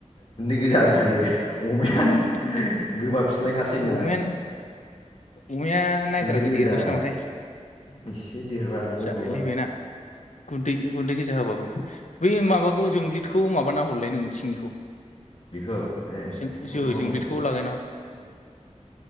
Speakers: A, on the left; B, on the left.
A: <unintelligible> खायो अमायानो
B: गुन्दै
A: गोबाब फिस्लायखासै ना
B: अमायानो अमाया नायथाराखै
A: गुन्दै गोजा
B: देरबायसो नामाथाय
A: एसे देरबाय गब्ल'बा।
B: जाहैलायबायना गुन्दै गुन्दै गोजा होबाबो बै माबा खौ जोब्लदखौ माबाना हरलाय नोंथिंनिखौ।
A: बेखौ ए
B: जों-जो
A: बेखौथ'
B: जोंब्लिदखौ
A: उम
B: लागायना हर